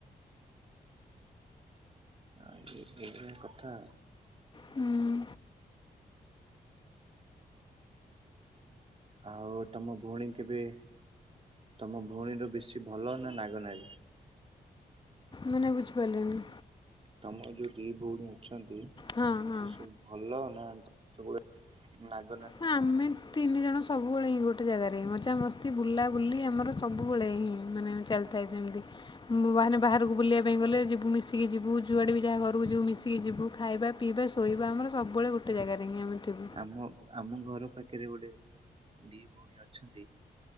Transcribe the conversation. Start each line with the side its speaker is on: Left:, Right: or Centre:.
Right: ଆଉ ଏଇ ଭଳିଆ କଥା।
Left: ହୁଁ
Right: ଆଉ ତମ ଭଉଣୀ କେବେ ତମ ଭଉଣୀର ବେଶୀ ଭଲ ନା ନାଗ ନାଡ଼ି।
Left: ମାନେ ବୁଝି ପାରିଲିନି।
Right: ତମର ଯୋଉ ଦି ଭଉଣୀ ଅଛନ୍ତି
Left: ହଁ ହଁ
Right: ସେସବୁ ଭଲ ନା ସବୁବେଳେ ନା
Left: ହଁ ଆମେ ତିନି ଜଣ ସବୁବେଳେ ହିଁ ଗୋଟେ ଜାଗାରେ ମଜାମସ୍ତି ବୁଲାବୁଲି ଆମର ସବୁବେଳେହିଁ ମାନେ ଚାଲେ ସାଇଜ୍ ଏମିତି <unintelligible> ମୁଁ ବିହାରିନେ ବାହାରକୁ ବୁଲିବା ପାଇଁ ଗଲେ ଯିବୁ ମିଶିକି ଯିବୁ ଯୁଆଡ଼େବି ଯାହା ଘରକୁ ଯିବୁ ମିଶିକି ଯିବୁ। ଖାଇବା, ପିଇବା, ଶୋଇବା ଆମର ସବୁବେଳେ ଗୋଟେ ଜାଗାରେ ହିଁ ଆମେ ଥିବୁ
Right: ଆମ ଆମ ଘର ପାଖରେ ଗୋଟେ ଦି ଭଉଣୀ ଅଛନ୍ତି।